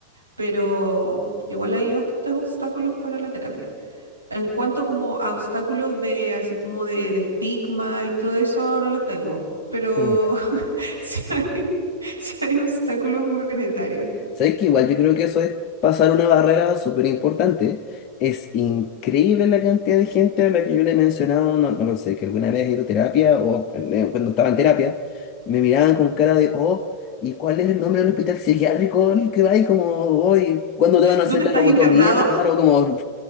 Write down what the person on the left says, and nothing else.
mm.
¿Sabes qué? Igual yo creo que eso es pasar una barrera súper importante. Es increíble la cantidad de gente a la que yo le he mencionado, no, no lo sé, que alguna vez he ido a terapia o eh, cuando estaba en terapia, me miraban con cara de, oh, ¿y cuál es el nombre del hospital psiquiátrico al que va? Y como, hoy, ¿cuándo te van a
hacer la
lobotomía?
Claro, como